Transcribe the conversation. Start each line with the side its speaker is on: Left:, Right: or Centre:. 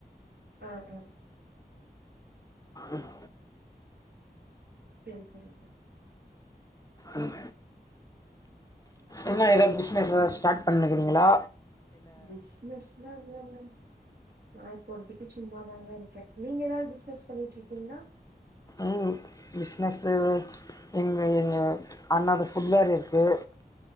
Right: ஆ ஆ
Left: ம்
Right: செரி செரிங்க
Left: ம் என்ன ஏதாது பிசஸ் ஏதாது ஸ்டார்ட் பண்ணினுக்கிறீங்ளா
Right: பிஸ்னஸ்லா இல்லங்க நா இப்பழுதிக்கி சும்மாதாங்க இருக்கே நீங்க ஏதாவது பிஸ்னஸ் பண்ணிட்டு இருக்கீங்ளா
Left: ம் பிஸ்னசு ஒ எங்க எங்க அண்ணாது ஃபுட் வேர் இருக்கு